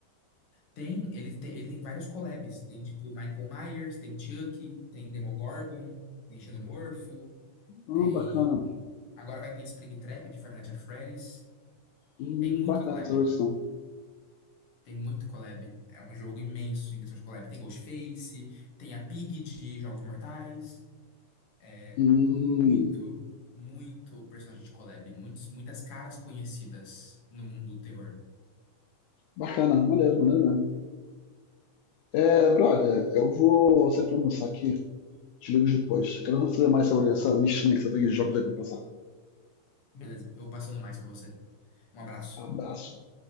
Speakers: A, on the left; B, on the left.
A: Tem, ele tem, ele tem vários collabs. Tem tipo Michael Myers, tem Chucky, tem Demogorgon, tem Xenomorfo,
B: Ah,
A: tem
B: bacana.
A: Agora vai ter Springtrap de Five Nights at Freddy's.
B: Hum,
A: Tem muito
B: bacana
A: collab.
B: essa versão.
A: Tem muito collab. É um jogo imenso em questão de collab. Tem Ghostface, tem a Pig de Jogos Mortais. É
B: Hum,
A: muito, muito personagem de collab. Muitos, muitas caras conhecidas no mundo do terror.
B: bacana. Maneiro, maneiro mesmo. É, brother, eu vou sair pra almoçar aqui. Te ligo depois. Quero saber mais sobre essa listinha que você tem de jogos aí pra me passar.
A: Beleza, eu vou passando mais pra você. Um abraço.
B: Abraço.